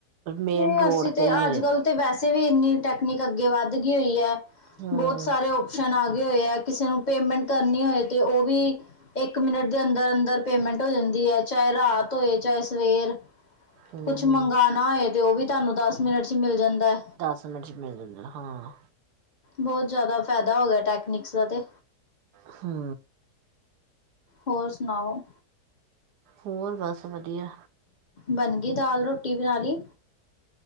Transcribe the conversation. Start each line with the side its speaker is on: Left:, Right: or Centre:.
Right: ਮੇਨ
Left: ਨਈ
Right: ਰੋਡ
Left: ਅਸੀਂ ਤੇ
Right: ਹੀ
Left: ਅੱਜ
Right: ਹੋ ਜਾਂਦਾ
Left: ਕੱਲ ਤੇ ਵੈਸੇ ਵੈਸੇ ਵੀ ਏਨੀ ਟੈਕਨੀਿਕ ਅੱਗੇ ਵੱਧ ਗੀ ਹੋਈ ਐ,
Right: ਹਮ
Left: ਬਹੁਤ ਸਾਰੇ ਓਪਸ਼ਨ ਆ ਗੇ ਹੋਏ ਆ, ਕਿਸੇ ਨੂੰ ਪੇਮੈਂਟ ਕਰਨੀ ਹੋਏ ਤੇ ਉਹ ਵੀ ਇੱਕ ਮਿੰਟ ਦੇ ਅੰਦਰ- ਅੰਦਰ ਪੇਮੈਂਟ ਹੋ ਜਾਂਦੀ ਐ, ਚਾਹੇ ਰਾਤ ਹੋਏ ਚਾਹੇ ਸਵੇਰ
Right: ਹਮ
Left: ਕੁਛ ਮੰਗਾਣਾ
Right: ਹਮ
Left: ਹੋਏ ਤੇ ਓਵੀ ਤੁਹਾਨੂੰ ਦਸ ਮਿੰਟ ਚ ਈ ਮਿਲ ਜਾਂਦਾ ਐ।
Right: ਦਸ ਮਿੰਟ ਚ ਮਿਲ ਜਾਂਦੇ, ਹਾਂ।
Left: ਬਹੁਤ ਜ਼ਿਆਦਾ ਫਾਇਦਾ ਹੋ ਗਿਆ ਟੈਕਨਿਕਸ ਦਾ ਤੇ
Right: ਹੂੰ।
Left: ਹੋਰ ਸੁਣਾਓ?
Right: ਹੋਰ ਬਸ ਵਧੀਆ।
Left: ਬਣ ਗੀ ਦਾਲ਼ ਰੋਟੀ ਬਣਾ ਲੀ?